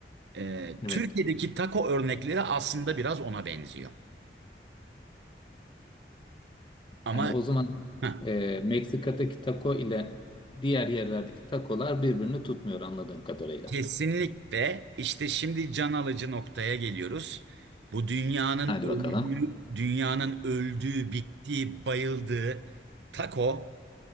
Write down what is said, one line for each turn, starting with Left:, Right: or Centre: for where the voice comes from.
Right: Ee,
Left: Evet.
Right: Türkiye'deki taco örnekleri aslında biraz ona benziyor. Ama
Left: Yani o zaman
Right: Heh.
Left: e, Meksika'daki taco ile diğer yerlerdeki takolar birbirini tutmuyor anladığım kadarıyla.
Right: Kesinlikle işte şimdi can alıcı noktaya geliyoruz. Bu dünyanın
Left: Hadi
Right: öldüğü,
Left: bakalım.
Right: dünyanın öldüğü, bittiği, bayıldığı taco